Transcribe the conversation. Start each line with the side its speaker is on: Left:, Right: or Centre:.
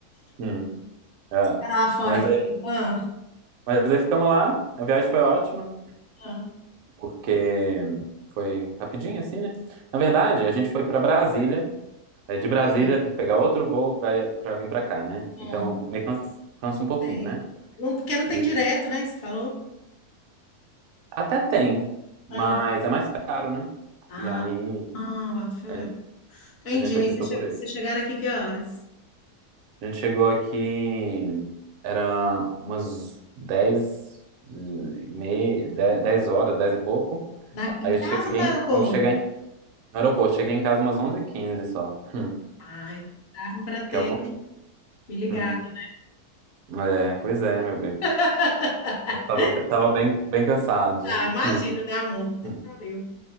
Right: Hum. É.
Left: Fica lá fora,
Right: Mas
Left: querido.
Right: aí,
Left: Ah,
Right: mas aí ficamos lá, a viagem foi ótima,
Left: ah,
Right: porque foi rapidinho assim, né? Na verdade, a gente foi pra Brasília Aí de Brasília
Left: é,
Right: teve que pegar outro voo pra, pra vir pra cá, né?
Left: ah,
Right: Então meio que cansa, cansa um pouquinho,
Left: sei.
Right: né?
Left: Não, porque não
Right: E
Left: tem direto, né, que você falou?
Right: até tem, mas
Left: Ah,
Right: é mais caro, né?
Left: ah,
Right: E aí
Left: ah, boto fé.
Right: a gen-
Left: Entendi.
Right: a gente
Left: Aí
Right: optou
Left: você chegou,
Right: por esse.
Left: vocês chegaram aqui que horas?
Right: A gente chegou aqui, era umas dez e meia, 10 10 horas, 10 e pouco.
Left: Na,
Right: Aí
Left: em
Right: eu
Left: casa
Right: cheguei,
Left: ou no
Right: em-
Left: aeroporto?
Right: fomos chegar em- no aeroporto, cheguei em casa umas onze h 15 só, Hum,
Left: Ai, dava para ter
Right: que é longe.
Left: me ligado.
Right: Hum. É, pois é, meu bem.
Left: <laughs>
Right: Eu tava, be- tava bem, bem cansado. de-
Left: Tá, imagina,
Right: Hum,
Left: né, amor? Puta
Right: hum,
Left: que pariu.